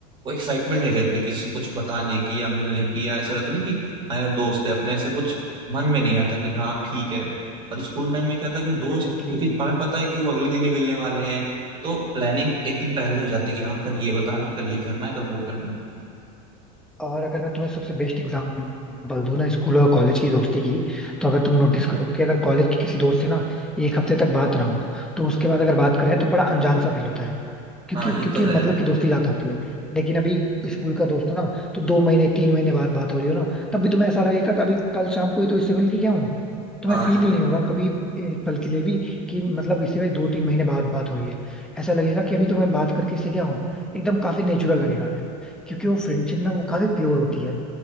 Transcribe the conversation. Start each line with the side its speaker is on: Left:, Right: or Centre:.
Right: वो एक्साइटमेंट नहीं रहती किसी कुछ बताने की या मिलने की या ऐसा रहता नहीं कि हाँ यार दोस्त है अपने ऐसा कुछ मन में नहीं आता कि हाँ ठीक है और स्कूल टाइम में क्या था कि दोस्त
Centre: एग्जैक्टली
Right: क्योंकि
Centre: exactly,
Right: हमें
Centre: यही
Right: पता
Centre: चीज है
Right: है कि
Centre: ना
Right: वो अगले दिन ही मिलने वाले हैं तो प्लानिंग एक दिन पहले हो जाती है कि हाँ कल ये बताना है कल ये करना है कल वो करना है
Centre: और अगर मैं तुम्हें सबसे बेस्ट एग्जांपल दूं ना स्कूल और कॉलेज की दोस्ती की तो अगर तुम नोटिस करो कि अगर कॉलेज के किसी दोस्त से ना एक हफ्ते तक बात ना हो तो उसके बाद अगर बात करें तो बड़ा अनजान सा फील होता है क्योंकि
Right: हाँ ये
Centre: क्योंकि
Right: तो है
Centre: मतलब की दोस्ती ज्यादा होती है लेकिन अभी स्कूल का दोस्त हो ना तो दो महीने तीन महीने बाद बात हो रही हो ना तब भी तुम्हें ऐसा लगेगा कभी कल शाम को ही तो इससे मिल के क्या हूँ तुम्हें
Right: हाँ
Centre: फील ही नहीं होगा कभी ए, पल के लिए भी कि मतलब इससे दो तीन महीने बाद बात हो रही है ऐसा लगेगा कि अभी तो मैं बात करके इससे क्या हूँ एकदम काफी नेचुरल लगेगा क्योंकि वो फ्रेंडशिप ना वो काफी प्योर होती है